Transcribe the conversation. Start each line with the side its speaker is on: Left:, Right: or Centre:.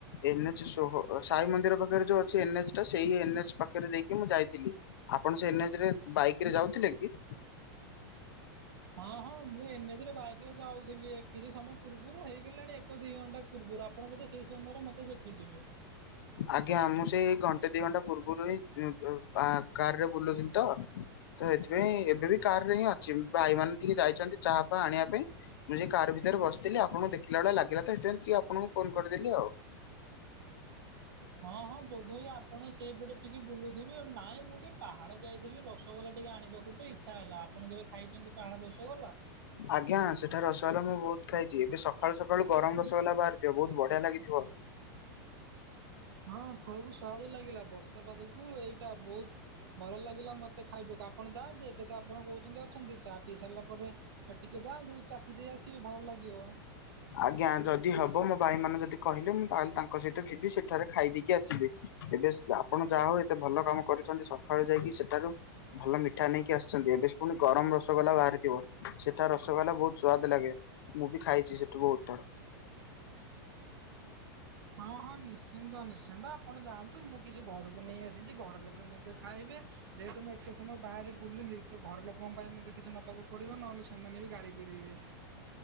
Left: ଏନ୍ ଏଚ ଷୋହଳ ସାଇ ମନ୍ଦିର ପାଖରେ ଯୋଉ ଅଛି ଏନ୍ ଏଚ୍ ଟା ସେଇ ଏନ୍ଏଚ୍ ପାଖରେ ଦେଇକି ମୁଁ ଯାଇଥିଲି। ଆପଣ ସେ ଏନ୍ ଏଚ୍ ରେ ବାଇକ ରେ ଯାଉଥିଲେ କି?
Right: ହଁ ହଁ ମୁଁ ଏନ୍ ଏଚ୍ ରେ ବାଇକରେ ଯାଉଥିଲି କିଛି ସମୟ ପୂର୍ବରୁ ହେଇଗଲାଣି ଏକ ଦିଇ ଘଣ୍ଟା ପୂର୍ବ ଆପଣ ବଧେ ସେଇ ସମୟରେ ମତେ ଦେଖିଥିବେ।
Left: ଆଜ୍ଞା ମୁଁ ସେଇ ଘଣ୍ଟେ ଦି ଘଣ୍ଟା ପୂର୍ବରୁ ହିଁ <unintelligible> କାରରେ ବୁଲୁଥିଲି ତ। ତ ଏଥିପାଇଁ ଏବେ ବି କାର ରେ ହିଁ ଅଛି ଭାଇ ମାନ ଟିକେ ଯାଇଚନ୍ତି ଚାହା ଫହା ଆଣିବା ପାଇଁ ମୁଁ ସେ କାର ଭି ସେଥିରେ ବସିଥିଲି ଆପଣଙ୍କୁ ଦେଖିଲା ଭଳିଆ ଲାଗିଲା ତ ସେଥିାଇଁ ଟିକଏ ଆପଣଙ୍କୁ ଫୋନ କରିଦେଲି ଆଉ।
Right: ହଁ ହଁ ବୋଧ ଏଇ ଆପଣ ସେଇପଟେ ଟିକେ ବୁଲୁଥିବେ ନାଇଁ ମୁଁ ଟିକେ ପାହାର ଯାଇଥିଲି ରସଗୋଲା ଟିକେ ଆଣିବାକୁ ତ ଇଚ୍ଛା ହେଲା। ଆପଣ କେବେ ଖାଇଚନ୍ତି ପାହାଡ ରସଗୋଲା?
Left: ଆଜ୍ଞା ସେଠାରେ ରସଗୋଲା ମୁଁ ବୋହୁତ ଖାଇଚି ଏବେ ସକାଳୁ ସକାଳୁ ଗରମ ରସଗୋଲା ବାହାରିଥିବ ବୋହୁତ ବଢିଆ ଲାଗିଥିବ। ହୋ
Right: ହଁ ଖୁବ୍ ସୁଆଦ ଲାଗିଲା ବର୍ଷା ପାଗକୁ ଏଇଟା ବୋହୁତ ଭଲ ଲାଗିଲା ମତେ। କେତେ ଖାଇବୁ ଆପଣ ଯାଆନ୍ତି ଏବେ ତ ଆପଣ କୋହୁଚନ୍ତି ଅଛନ୍ତି ଚା ପିଇ ସାରିଲା ପରେ ହେ ଟିକେ ଯାଆନ୍ତୁ ଚାଖି ଦେଇ ଆସିବେ ଭଲ ଲାଗିବ।
Left: ଆଜ୍ଞା ଯଦି ହବ ମୋ ଭାଇ ମାନେ ଯଦି କହିଲେ ମୁଁ ତାହେଲେ ତାଙ୍କ ସହିତ ଯିବି ସେ ସେଠାରେ ଖାଇ ଦେଇକି ଆସିବି ଏବେ ଆପଣ ଯାହା ହୋଉ ଏତେ ଭଲ କାମ କରିଚନ୍ତି ସକାଳୁ ଯାଇକି ସେଠାରୁ ଭଲ ମି ଠା ନେଇକି ଆସିଚନ୍ତି ଏବେ ପୁଣି ଗରମ ବ ରସଗୋଲା ବାହାରିଥିବ ସେଠା ରସଗୋଲା ବୋହୁତ ସୁଆଦ ଲାଗେ ମୁଁ ବି ଖାଇଚି ସେଠି। ବୋହୁତ ଥର
Right: ହଁ ହଁ ନିଶ୍ଚିନ୍ତ ନିଶ୍ଚିନ୍ତ ଆପଣ ଯାଆନ୍ତୁ ମୁଁ କିଛି ଘରକୁ ନେଇ ଆସିଚି ଘର ଲୋକେ ମଧ୍ୟ ଖାଇବେ ଯେହେତୁ ମୁଁ ଏତେ ସମୟ ବାହାରେ ବୁଲିଲୁ ତ ଘର ଲୋକଙ୍କ ପାଇଁ ମତେ କିଛି ନବାକୁ ପଡିବ ନହେଲେ ସେମାନେ ବି ଗାଳି କରିବେ।